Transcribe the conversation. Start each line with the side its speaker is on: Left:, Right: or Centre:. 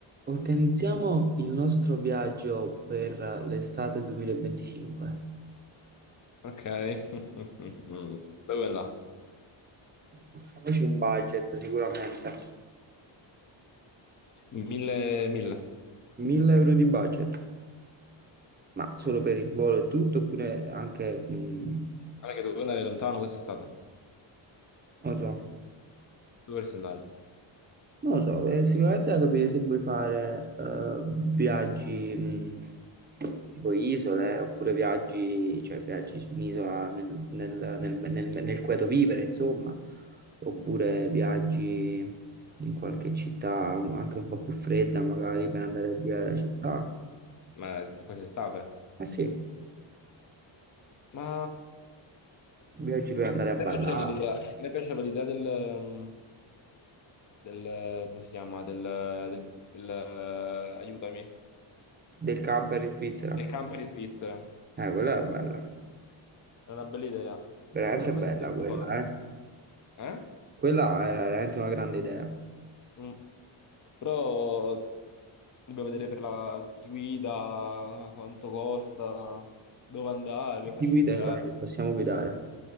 Right: Organizziamo il nostro viaggio per l'estate 2025.
Left: Ok. <laughs> Dove vuoi andare?
Right: Facciamoci un budget sicuramente.
Left: Mille, mille.
Right: 1000 euro di budget, ma solo per il volo e tutto, oppure anche, mh,
Left: Guarda che dovevo andare lontano quest'estate. Dove
Right: non lo so,
Left: dovresti andare?
Right: Non lo so, eh, sicuramente da capire se vuoi fare eh, viaggi mh, tipo isole oppure viaggi, cioè viaggi su un'isola nel, nel, nel, nel, nel cui tu vivere, insomma, oppure viaggi in qualche città un- anche un po' più fredda, magari per andare a girare la città.
Left: Ma quest'estate?
Right: Eh sì,
Left: Ma...
Right: viaggi per andare a
Left: A
Right: ballare,
Left: me piaceva l'idea a me piaceva l'idea del, um, del... come si chiama? Del... del, del, eh, aiutami.
Right: del camper in Svizzera.
Left: Del camper in Svizzera.
Right: Eh, quella è bella,
Left: È una bella idea.
Right: veramente
Left: Come
Right: bella
Left: si chiama
Right: quella,
Left: ancora?
Right: eh.
Left: Eh?
Right: Quella era veramente una grande idea.
Left: Mm. Però dobbiamo vedere per la chi guida, quanto costa, dove andare, dobbiamo farci
Right: Chi guida
Left: un itinerario.
Right: i pare che possiamo guidare?